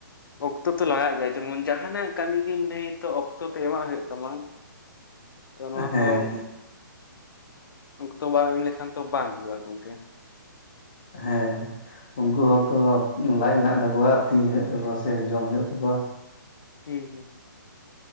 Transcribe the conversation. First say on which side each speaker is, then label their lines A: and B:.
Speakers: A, on the left; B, on the left.
A: ᱚᱠᱛᱚ ᱛᱚ ᱞᱟᱜᱟᱜ ᱜᱮᱭᱟ ᱡᱮᱢᱚᱱ ᱡᱟᱦᱟᱸᱱᱟᱜ ᱠᱟᱹᱢᱤ ᱜᱮᱢ ᱞᱟᱹᱭ ᱛᱚ ᱚᱠᱛᱚ ᱛᱮ ᱮᱢᱟᱜ ᱦᱩᱭᱩᱜ ᱛᱟᱢᱟ᱾ <inaudible> ᱛᱚ ᱱᱚᱣᱟ
B: ᱦᱮᱸ
A: ᱦᱚᱸ ᱚᱠᱛᱚ ᱵᱟᱝ ᱮᱢ ᱞᱮᱠᱷᱟᱱ ᱛᱚ ᱵᱟᱝ ᱦᱩᱭᱩᱜᱼᱟ ᱜᱚᱝᱠᱮ᱾
B: ᱦᱮᱸ ᱦᱮᱸ, ᱩᱱᱠᱩ ᱦᱚᱸᱛᱚ ᱞᱟᱡ ᱢᱮᱱᱟᱜ ᱛᱟᱠᱚᱣᱟ ᱟᱹᱛᱤᱧ ᱦᱩᱭᱩᱜ ᱛᱟᱠᱚᱣᱟ ᱥᱮ ᱡᱚᱢ ᱦᱩᱭᱩᱜ ᱛᱟᱠᱚᱣᱟ
A: ᱦᱩᱸ ᱦᱩᱸᱦᱩᱸ᱾